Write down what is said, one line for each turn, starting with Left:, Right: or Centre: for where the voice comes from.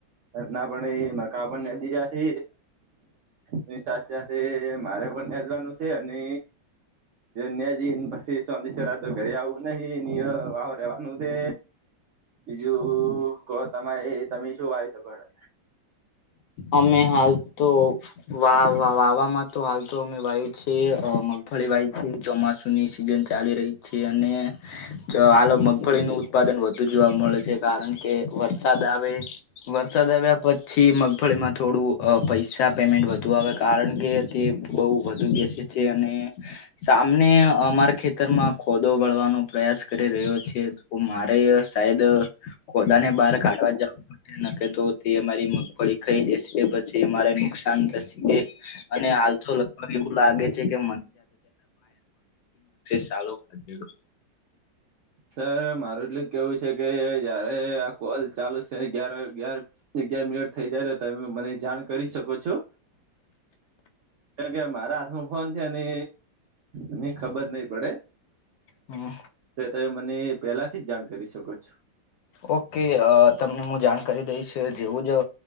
Right: ના પડે એ કાપણને નદીર્યા છે. એની સાથે સાથે મારે પણ ન્યા જવાનું છે અને નેદીન પછી <inaudible> તો ઘરે આવું નહી નિય વારે લેવાનું છે. બીજું કો તમારે તમે શું વાવી શકો એ
Left: અમે હાલ તો વા વાવાવામાં તો હાલ તો અમે મગફળી વાયવી છીએ ચોમાસુ ની સિઝન ચાલી રહી છે અને તો આલો મગફળીનુ ઉત્પાદન વધુ જોવા મળે છે કારણ કે વરસાદ આવે વરસાદ આવ્યા પ પછી મગફળીમાં થોડું પૈસા પેમેન્ટ વધુ આવે કારણ કે તે બહુ વધુ બેસે છે અને સામને અમારા ખેતરમાં ખોદો વળવાનો પ્રયાસ કરી રહ્યો છે. મારે સાયદ ખોદાને બહાર કાઢવા જવું પડશે નકે તો તે મારી મગ મગફળી ખાઈ જશે કે પછી અમારે નુકસાન થશે એ અને હાલ લગભગ એવું લાગે છે. <unintelligible>
Right: સર મારું એટલું કેવું છે કે જયારે કોલ ચાલુ છે અગિયાર ગયાર અગિયાર મિનિટ થઇ જાય છે તમે મને જાણ કરી શકો છો. છું કે કે મારા ફોન છે અને મને ખબર નહિ પડે.
Left: હમ
Right: તો તમે મને પેલાથી જ જાણ કરી શકો છો.
Left: ઓકે અ તમને મુ જાણ કરી દઈશ જેવું જ